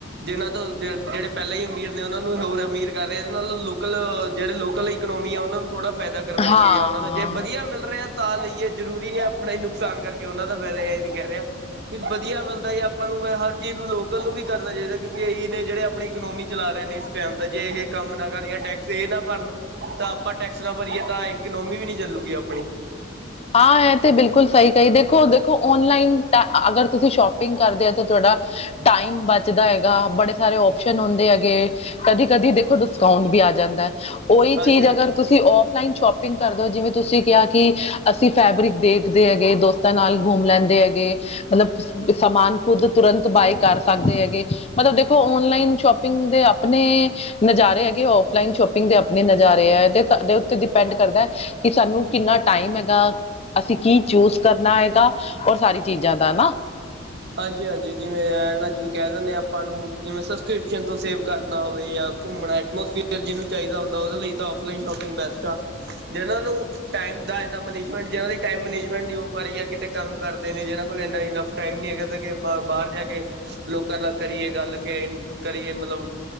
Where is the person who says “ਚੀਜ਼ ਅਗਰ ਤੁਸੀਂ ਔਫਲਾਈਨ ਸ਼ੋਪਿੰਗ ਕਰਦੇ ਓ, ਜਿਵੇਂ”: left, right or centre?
Left